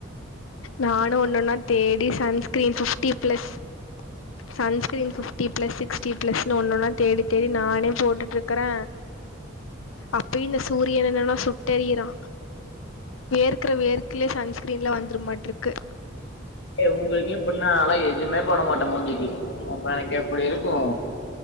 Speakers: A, on the left; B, on the left.
A: நானு ஒண்ணு ஒண்ணா தேடி sunscreen fifty plus sunscreen fifty plus sixty ப்ளஸ்ன்னு ஒண்ணுன்னா தேடி தேடி நானே போட்டுட்டு இருக்கறே அப்பயு இந்த சூரியன் என்னன்னா சுட்டெறிறா வேற்கிற வேர்க்கலே சன்ஸ்கிரீன்ல வந்துரு மாட் இருக்கு
B: என உங்களுக்கே இப்டினா நாலா எதுமே போட மாட்டே மூஞ்சிக்கு அப்ப எனக்கு எப்டி இருக்கு